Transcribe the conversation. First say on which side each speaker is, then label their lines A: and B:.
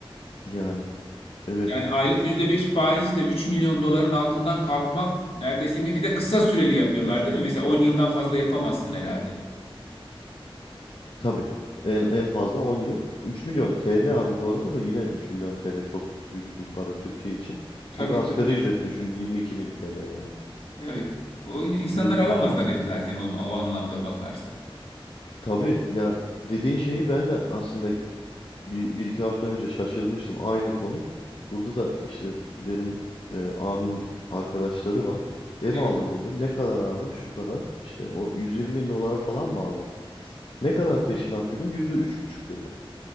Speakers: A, on the left; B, on the left.
A: Yani evet.
B: Yani aylık yüzde beş faizle 3 milyon doların altından kalkmak neredeyse mümkün. Bir de kısa süreli yapıyorlar
A: üç
B: değil mi? Mesela 10 yıldan fazla yapamazsın herhalde.
A: tabii en, en fazla 10 yıl. 3 milyon TL abi bu arada da yine 3 milyon TL çok büyük bir para Türkiye için.
B: Tabii
A: Çünkü asgari
B: tabii.
A: ücret düşün 22 bin TL yani.
B: Evet. O in- insanlar
A: Ee,
B: alamazlar ev zaten o, o anlamda bakarsa.
A: tabii ya dediğin şeyi ben de aslında bir, bir iki hafta önce şaşırmıştım aynı konu. Burada da işte benim e, abimin arkadaşları var. Ev
B: Evet.
A: aldım dedi. Ne kadar abi? Şu kadar. İşte o 120 bin dolara falan mı aldı? Ne kadar peşinat dedim. Yüzde üç buçuk dedi.